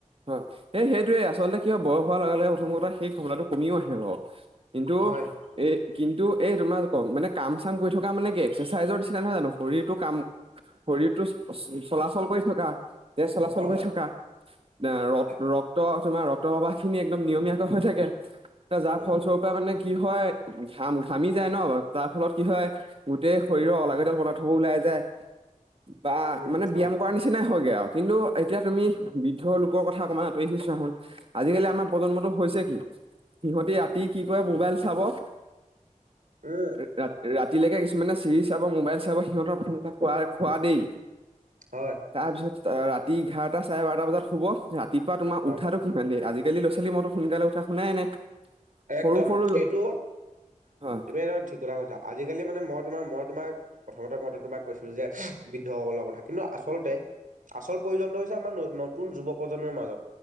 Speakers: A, on the right; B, on the right.
A: হয়, এই সেইটোয়ে আচলতে কিবা বয়স হোৱাৰ লগে লগে প্ৰথম কথা সেই খমনাটো কমিও আছে ৰ কিন্তু
B: হয়
A: এই কিন্তু এই তোমাৰ কম মানে কাম চাম কৰি থকা মানে কি এক্সাৰচাইজৰ নিচিনা নহয় জানো শৰীৰটো কাম শৰীৰটো চলাচল কৰি থকা এ চলাচল
B: হয়
A: কৰি থকা আ, ৰত-ৰক্ত
B: হয়
A: তোমাৰ ৰক্তপ্ৰবাহ খিনি একদম নিয়মীয়াকৈ হৈ থাকে যাৰ
B: উম
A: ফলস্বৰূৰ পৰা মানে কি হয়, ঘাম ঘামি যায় ন বা তাৰ ফলত কি হয়, গোটেই শৰীৰৰ অলাগতিয়াল পদাৰ্থবোৰ ওলাই যায়। বা
B: উম
A: মানে
B: হয়
A: ব্যায়াম কৰাৰ নিচিনাই গে আৰু কিন্তু এতিয়া তুমি বৃদ্ধলোকৰ কথা অকমান আঁতৰি আহি‌ চোৱাচোন আজিকালি আমাৰ প্ৰজন্মটো কি সিহঁতি ৰাতি কি কৰে মোবাইল চাব ৰ-ৰাত-ৰাত
B: উম
A: তিলেকে কিছুমানে চিৰিজ চাব, মোবাইল চাব সিহঁতৰ প্ৰথম <unintelligible> খোৱা দেই
B: হয়।
A: তাৰপিছত আ, ৰাতি ইঘাৰটা চাৰে বাৰটা বজাত শুব ৰাতিপুৱা তোমাৰ
B: হয়,
A: উঠাতটো কিমান দেৰি আজি গেলি ল ছালী মোোনাল উঠাুাই নাই
B: একদম
A: সৰু সৰু ল
B: এইটো
A: হয়
B: তুমি ঠিক কথা কৈছা আজিকালি মানে মই তোমাৰ মৰত তোমাক প্ৰথমতে মইটো তোমাক কৈছিলো যে, বৃদ্ধসকলৰ কথা কিন্তু আচলতে আচল প্ৰয়োজনটো হৈছে আমাৰ নতুন যুৱ প্ৰজন্মৰ মাজত